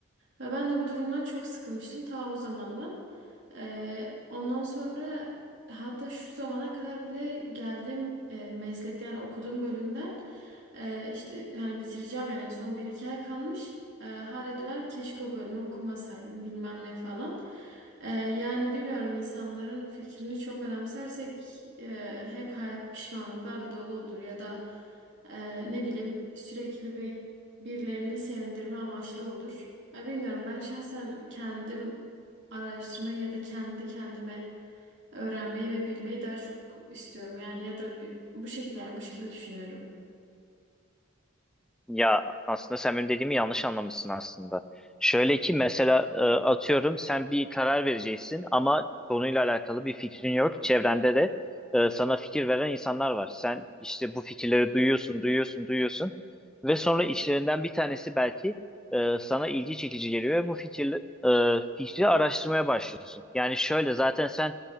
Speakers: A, on the right; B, in the centre.
A: Ve ben de bu durumdan çok sıkılmıştım ta o zamandan. Ee, ondan sonra hatta şu zamana kadar bile geldiğim e, meslekte yani okuduğum bölümden e, işte hani bitireceğim yani son bir iki ay kalmış. E, hala diyorlar keşke o bölümü okumasaydım bilmem ne falan. E, yani bilmiyorum insanların fikrini çok önemsersek e, hep hayat pişmanlıklarla dolu olur ya da e, ne bileyim sürekli bir birilerini sevindirme amaçlı olur. Ya bilmiyorum ben şahsen kendim araştırmayı ya da kendi kendime öğrenmeyi ve bilmeyi daha çok istiyorum. Yani ya da bir, bu şekilde yani bu şekilde düşünüyorum.
B: Ya aslında sen benim dediğimi yanlış anlamışsın aslında. Şöyle ki mesela e, atıyorum sen bir karar vereceksin ama konuyla alakalı bir fikrin yok. Çevrende de e, sana fikir veren insanlar var. Sen işte bu fikirleri duyuyorsun, duyuyorsun, duyuyorsun ve sonra içlerinden bir tanesi belki e, sana ilgi çekici geliyor ve bu fikir, e, fikri araştırmaya başlıyorsun. Yani şöyle zaten sen